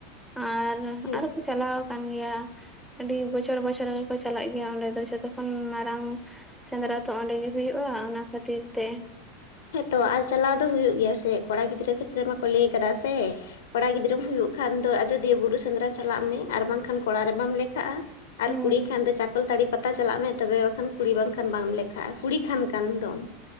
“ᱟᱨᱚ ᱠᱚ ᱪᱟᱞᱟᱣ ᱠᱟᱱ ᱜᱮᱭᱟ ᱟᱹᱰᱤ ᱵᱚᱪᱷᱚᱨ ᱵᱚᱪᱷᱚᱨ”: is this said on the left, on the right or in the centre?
Centre